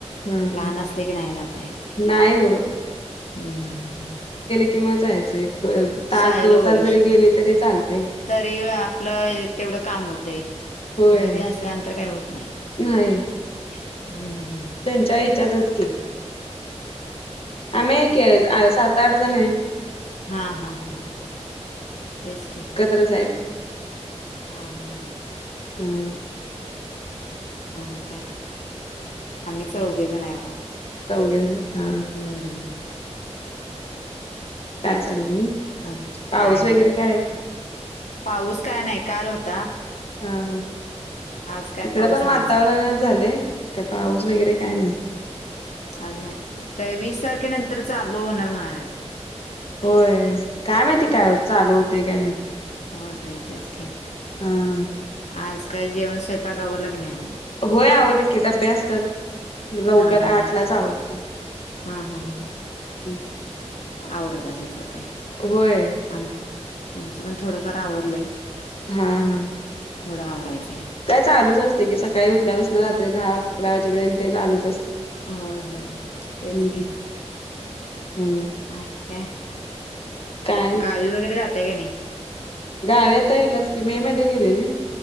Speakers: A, on the left; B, on the left.
A: हा
B: लहान असले की नाही जात य तेे.
A: नाही होत.
B: हम् हम.
A: किं जायचंय तास
B: शाळेला
A: दोन
B: होय
A: तास जरी गेली तरी चालतय.
B: तरी आपलं तेवढं काम होते
A: होय
B: घरी असल्यानंतर काही होत नाही.
A: नाही.
B: हम्म हम्.
A: त्यांच्या हच्यातच क आम्ही एक के सात आठ जण आहे.
B: हां हां हां हां ह तेच के.
A: साहेब.
B: हा हम ह.
A: हम्म.
B: आणि काय आम्ही चौघे जण आहे बा.
A: चौघे जण हा.
B: हम्म.
A: काय चाललंय.
B: आणि
A: पाऊस
B: काय नाही
A: वगैरे काय आहे?
B: पाऊस काय नाही कार होता
A: हा हा
B: आज काय
A: इकडे
B: पाऊस
A: पण
B: नाहीच
A: वातावरणात
B: आहे
A: झाले काय पाऊस वगैरे काय नाही.
B: अ नाही तर वीस तारखेनंतर चालू होणार म्हणाल्यात.
A: होय काय माहितीय काय चालू होतेय का नाही.
B: हो ते तेच की.
A: हा.
B: आजकाल जेवण स्वयंपाकावरल का.
A: होय आवडले की डबे असतात लवकर
B: हा हा
A: आतलाच
B: हा
A: आवरतय.
B: हा हा हा.
A: हम्.
B: आवरत अस असं काही.
A: होय
B: आ आमचं पण थोडंफार आवरलंय.
A: हा हा
B: थोडं आवरायचं आहे.
A: काय चालूच असते की सकाळी उठल्यापासून रात्री दहा अकरा वाजेपर्यंत चालूच असतं.
B: ह होय होय तेच
A: हम्म
B: की.
A: हम्म.
B: अ काय
A: काय
B: गावी वगैरे जातय का नाही.
A: गाव्याता येईलच की मे मध्ये गेलेले.